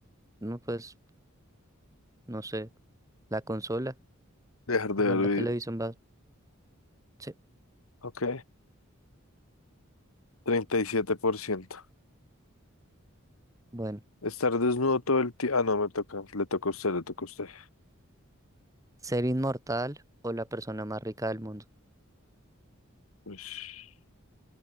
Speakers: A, on the right; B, on the left.
A: no pues, no sé, la consola,
B: dejar de
A: igual
B: ver.
A: la televisión
B: vi-
A: va, sí,
B: Ok, treinta y siete por ciento
A: bueno,
B: Estar desnudo todo el tiempo. Ah, no, me toca. Le toca a usted, le toca a usted.
A: ser inmortal o la persona más rica del mundo,
B: Ush,